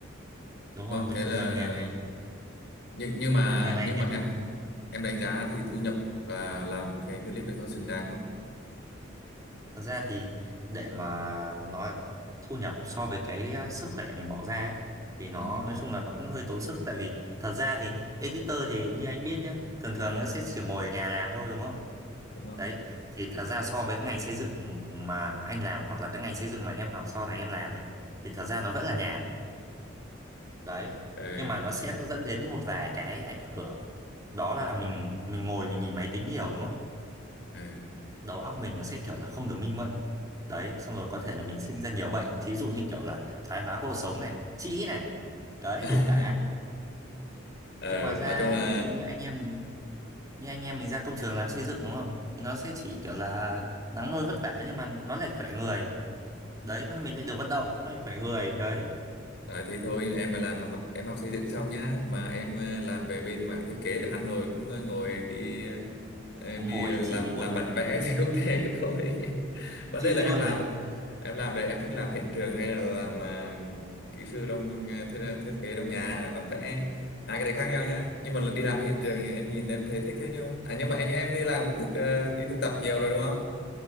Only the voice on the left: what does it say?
Đúng
không?
Thế
là
nhưng nhưng mà
nhưng
mà em
em đánh giá thì thu nhập và làm cái clip ấy có xứng đáng không
ừ,
đúng không
ừ,
ừ.
<laughs>
Ờ,
nói chung là
Đấy, thế thôi em mà làm học em học xây dựng xong nhá mà em ờ, làm về bên mảng thiết kế được ăn rồi cũng ờ, ngồi đi ờ,
đi
làm
làm
bản vẽ <laughs> thì cũng thế <laughs> thôi
vấn
đề là em
làm
em làm đấy em thích làm hiện trường hay là làm à, kỹ sư trong, trong ờ, thiết, ờ, thiết kế trong nhà bản vẽ hai cái đấy khác nhau nhá nhưng mà đi làm hiện trường thì em nhìn em thấy thích thế chứ à nhưng mà anh em đi làm cũng thực ờ, đi thực tập nhiều rồi đúng không